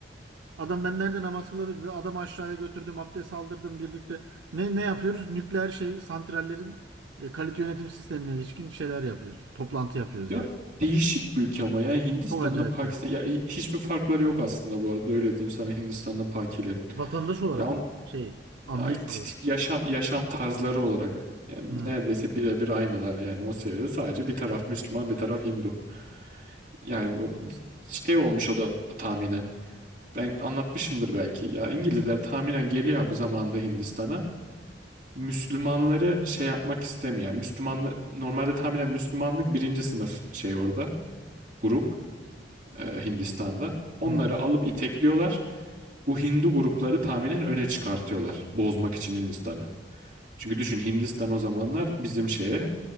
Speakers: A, on the right; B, on the right.
A: Adam ben nerede namaz kılabilirim? Adam aşağıya götürdüm, abdest aldırdım birlikte. Ne ne yapıyoruz? Nükleer şey santrallerin e, kalite yönetim sistemine ilişkin şeyler yapıyoruz. Toplantı yapıyoruz
B: Ya
A: yani.
B: değişik bir ülke ama ya Hindistan'da
A: Çok acayip
B: Pakistan
A: de.
B: ya hi- hiçbir farkları yok aslında bu arada öyle diyeyim sana Hindistan'da Pakilerin.
A: Vatandaş olarak
B: Ya, on,
A: mı? şey anlayış
B: ya t-
A: olarak.
B: t- yaşam yaşam tarzları olarak yani
A: Hı,
B: neredeyse birebir aynılar yani o seviyede sadece bir taraf Müslüman bir taraf Hindu. Yani bu
A: Budist.
B: şey olmuş o da tahminen. Ben anlatmışımdır belki. Ya İngilizler tahminen geliyor abi zamanında Hindistan'a. Müslümanları şey yapmak istemiyor. Yani Müslümanlı normalde tahminen Müslümanlık birinci sınıf şey orada grup e, Hindistan'da. Onları
A: Hı.
B: alıp itekliyorlar. Bu Hindu grupları tahminen öne çıkartıyorlar bozmak için Hindistan'ı. Çünkü düşün Hindistan o zamanlar bizim şeye